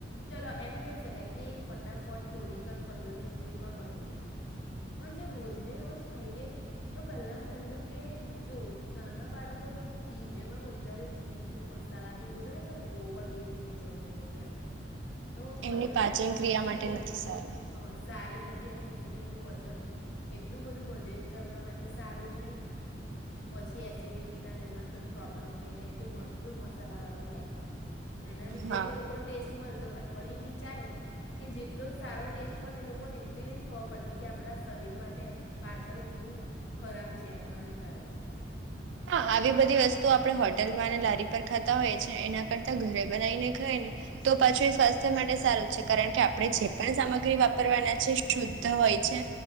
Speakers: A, on the left; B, on the right.
A: ચલો એમ કહી શકાય કે ફટાફટ થોડીક જ પંદર વીસ મિનિટમાં બની જાય પણ જો રોજ ને રોજ ખાઈએ તો પહેલામ પહેલું કે જો નાના બાળકો રોજી એમાં વધારે ચીઝ ને મસાલા ને એવું બધુંય ને તો ઓવર વેટ થઈ જાય એ લોકોનું એમ તો વજન
B: એમની પાચન ક્રિયા
A: ઈઝીલી
B: માટે નથી
A: એને
B: સારું
A: હ સારી નથી ઝીલી એમનું વજન એટલું બધું વધે તો એમના માટે સારું જ નહી પછી એસિડિટી નાના પ્રોબ્લેમ થાય કેમ કે ભરપૂર મસાલા વાળું હોય એના લીધે
B: હા
A: જે લોકોને ટેસ્ટ મલ હોય પણ એ વિચારે કે જેટલો સારો ટેસ્ટ પણ એ લોકોને એટલી નહી ખબ પડતી કે આપડા શરીર માટે પાછળ એટલું ખરાબ છે એમ હાનિકારક છે
B: હા આવી બધી વસ્તુ આપણે હોટલમાં અને લારી પર ખાતા હોય છ છે એના કરતા ઘરે બનાવીને ખાય ને તો પાછું એ સ્વાસ્થ્ય માટે સારું છે કારણ કે આપણે જે પણ સામગ્રી વાપરવાના છે શુદ્ધ હોય છે